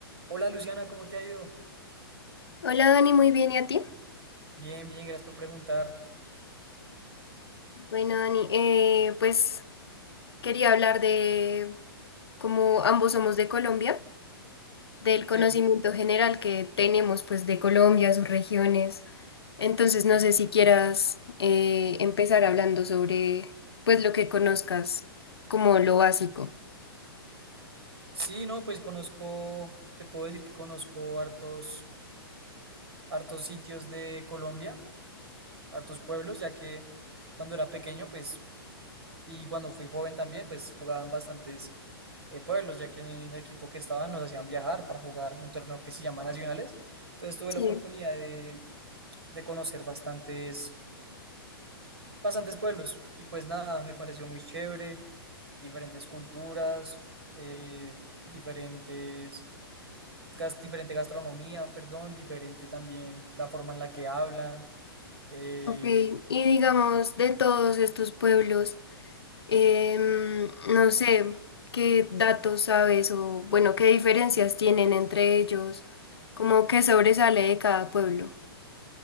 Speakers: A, on the right; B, on the left.
A: Hola Luciana, ¿cómo te ha ido?
B: Hola Dani, muy bien, ¿y a ti?
A: Bien, bien, gracias por preguntar.
B: Bueno, Dani, eh, pues quería hablar de cómo ambos somos de Colombia, del conocimiento
A: Sí,
B: general que tenemos pues de Colombia, sus regiones. Entonces, no
A: sí.
B: sé si quieras eh, empezar hablando sobre pues lo que conozcas como lo básico.
A: Sí, no, pues conozco, te puedo decir que conozco hartos, hartos sitios de Colombia, hartos pueblos, ya que cuando era pequeño, pues, y cuando fui joven también, pues jugaban bastantes eh, pueblos, ya que en el equipo que estaba nos hacían viajar para jugar un torneo que se llama Nacionales. Entonces tuve
B: Sí.
A: la oportunidad de, de conocer bastantes. bastantes pueblos y pues nada, me pareció muy chévere, diferentes culturas, eh, diferentes, gas- diferente gastronomía, perdón, diferente también la forma en la que hablan, eh,
B: Ok, y digamos de todos estos pueblos. Em, no sé qué datos sabes o, bueno, qué diferencias tienen entre ellos, como qué sobresale de cada pueblo.